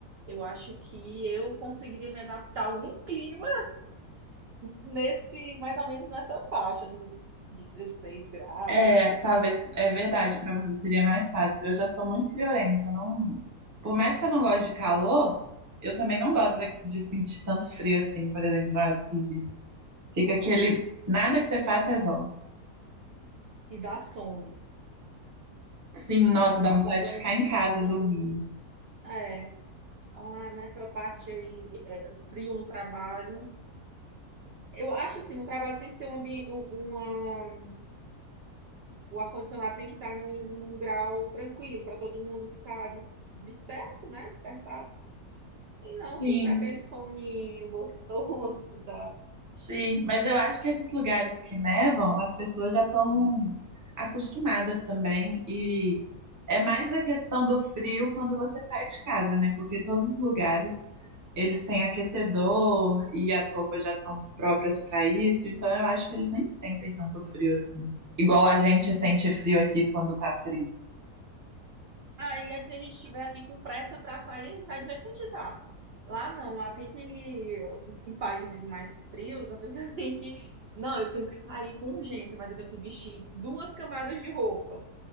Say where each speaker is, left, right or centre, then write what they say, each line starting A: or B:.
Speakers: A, on the right (about 70°); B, on the right (about 20°).
A: Eu acho que eu conseguiria me adaptar a algum clima nesse, mais ou menos nessa faixa dos 16 graus.
B: É, talvez é verdade, para você seria mais fácil. Eu já sou muito friorenta, não, por mais que eu não goste de calor, eu também não gosto da- de sentir tanto frio assim, por exemplo, na hora de serviço. Fica aquele, nada que você faz resolve.
A: E dá sono.
B: Sim, nossa,
A: Acaba
B: dá vontade
A: dando
B: de ficar em
A: um
B: casa dormindo.
A: sono. É, lá nessa parte aí, é, frio no trabalho. Eu acho assim, no trabalho tem que ser um ambiente, um, uma, o ar-condicionado tem que estar num, num grau tranquilo para todo mundo ficar des- desperto, né? Despertado. E não
B: Sim.
A: sentir aquele soninho gostoso que dá.
B: Sim, mas eu acho que esses lugares que nevam, as pessoas já estão acostumadas também. E é mais a questão do frio quando você sai de casa, né? Porque todos os lugares eles têm aquecedor e as roupas já são próprias para isso. Então eu acho que eles nem sentem tanto frio assim. Igual a gente sente frio aqui quando tá frio.
A: Aí, se a gente estiver aqui com pressa para sair, a gente sai do jeito que a gente tá. Lá não, lá tem que. Em países mais frios, a pessoa <laughs> tem que. Não, eu tenho que sair com urgência, mas eu tenho que vestir duas camadas de roupa.